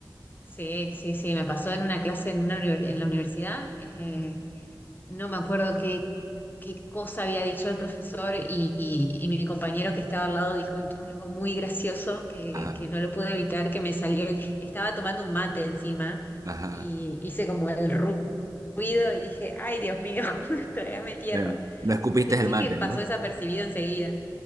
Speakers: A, on the left; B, on the right.
A: Sí, sí, sí, me pasó en una clase en, una, uni- en la universidad. eh, no me acuerdo qué, qué cosa había dicho el profesor y, y- y mi compañero que estaba al lado dijo un- algo muy gracioso que,
B: Ajá,
A: que no lo pude evitar, que me salió, el- estaba tomando un mate encima
B: ajá.
A: y hice como el ru- ruido y dije, ay Dios mío, <laughs> trágame tierra.
B: Bueno, no escupiste
A: Decí
B: el mate,
A: que pasó
B: ¿no?
A: desapercibido enseguida.